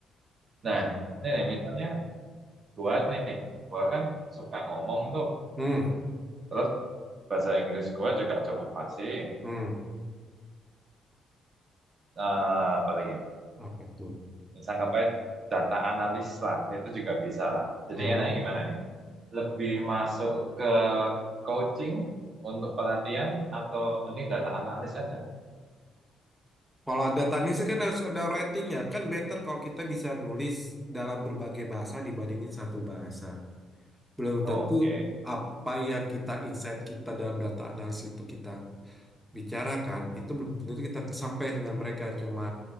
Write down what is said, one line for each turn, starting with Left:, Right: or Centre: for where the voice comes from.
Right: Nah,
Centre: Hmm.
Right: ini nih, misalnya gua nih, gua kan suka ngomong tuh,
Centre: Hmm.
Right: terus bahasa Inggris gua juga cukup fasih.
Centre: Hmm.
Right: Eh, apalagi,
Centre: Apa tuh?
Right: sanggapnya data analis lah, itu juga bisa lah. Jadi
Centre: Hmm.
Right: enaknya gimana nih? Lebih masuk ke coaching untuk pelatihan atau mending data analis aja?
Centre: Kalau ada tanya sih kan harus ada ratingnya. Kan better kalau kita bisa nulis dalam berbagai bahasa dibandingin satu bahasa. Belum
Right: Oke,
Centre: tentu apa yang kita insight kita dalam data analisis itu kita bicarakan itu belum tentu kita sampai dengan mereka cuma